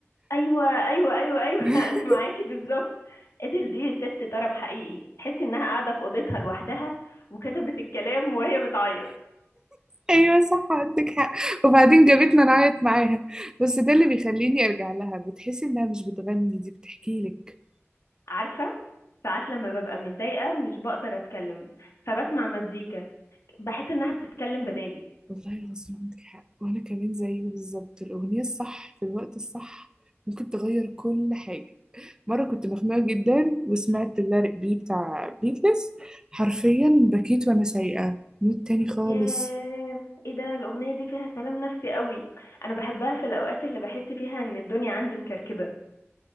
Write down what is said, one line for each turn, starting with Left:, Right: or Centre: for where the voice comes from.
Left: ايوه ايوه ايوه ايوه
Right: <laughs>
Left: <laughs> انا معاكي بالظبط ادل دي ست طرب حقيقي تحس انها قاعده في اوضتها لوحدها وكتبت الكلام وهي بتعيط
Right: ايوه صح عندك حق وبعدين جابتنا نعيط معاها بس ده اللي بيخليني ارجع لها بتحسي انها مش بتغني دي بتحكي لك
Left: عارفه ساعات لما ببقى متضايقه مش بقدر اتكلم فبسمع مزيكا بحس انها بتتكلم بدالي
Right: والله العظيم عندك حق وانا كمان زيه بالظبط الاغنيه الصح في الوقت الصح ممكن تغير كل حاجه مرة كنت مخنوقة جدا وسمعت اللارق بي بتاع بيتلز حرفيا بكيت وأنا سايقة مود تاني خالص
Left: ياه ايه ده الاغنيه دي فيها سلام نفسي قوي انا بحبها في الاوقات اللي بحس فيها ان الدنيا عندي مكركبه